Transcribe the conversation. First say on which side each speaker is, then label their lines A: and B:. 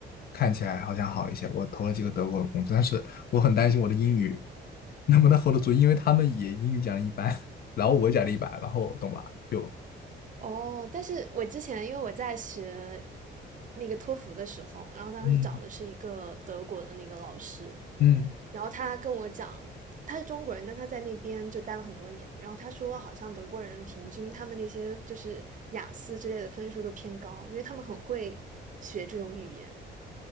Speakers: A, on the left; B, on the right.
A: 看起来好像好一些，我投了几个德国的工作，但是我很担心我的英语能不能 hold 得住，因为他们也英语讲的一般，然后我讲的一般，然后懂吧？就
B: 哦，但是我之前因为我在学那个托福的时候，然后当时找的是一个德国的那个老师，
A: 嗯嗯，
B: 然后他跟我讲，他是中国人，但他在那边就待了很多年，然后他说好像德国人平均他们那些就是雅思之类的分数都偏高，因为他们很会学这种语言。